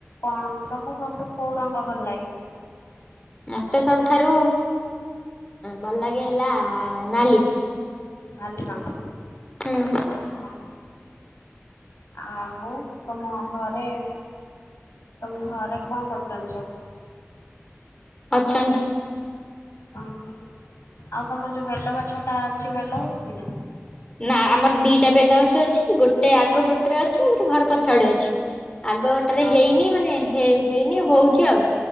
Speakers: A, on the left; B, on the left.
A: କଣ ତମକୁ ସବଠୁ କୋଉ ରଙ୍ଗ ଭଲ ଲାଗେ?
B: ମତେ ସବୁଠାରୁ ଭଲ ଲାଗେ ହେଲା ନାଲି।
A: ନଲିିରଙ୍ଗ,
B: ହୁଁ
A: ଅହ। ଆଉ ତମ ଘରେ ତମ ଘରେ କଣ କରୁଛନ୍ତି ସବୁ?
B: ଅଛନ୍ତି।
A: ଓହୋ ଆଉ ତମ ଯୋଉ ବେଲ ଗଛ ଟା ଅଛି ବେଲ ହେଇଚି ନା?
B: ନା ଆମର ଦିଟା ବେଲ ଅଛି ଗୋଟେ ଆଗ ପଟରେ ଅଛି ଗୋଟେ ଘର ପଛଆଡ଼େ ଅଛି ଆଗଟାରେ
A: ହଁ
B: ହେଇନି ମାନେ ହେଇ -ହେଇନି ହୋଉଚି ଆଉ।